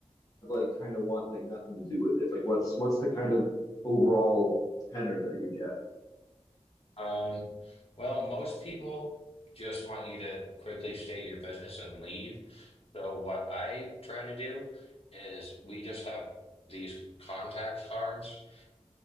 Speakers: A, on the left; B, on the left.
A: like kind of want like nothing to do with it? Like what's what's the kind of overall tenor that you get?
B: Um, well, most people just want you to quickly state your business and leave. So what I try to do is we just have these contact cards